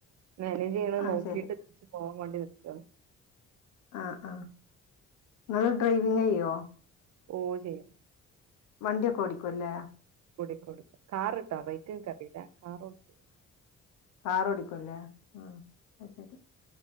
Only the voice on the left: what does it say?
അത്
ശരി
ആ ആ നിങ്ങൾ ഡ്രൈവിങ് ചെയ്യുവോ
വണ്ടിയോക്കെ ഓടിക്കുവല്ലേ
കാറോടിക്കുല്ലേ ഉം ഉം ഉം അത് ശരി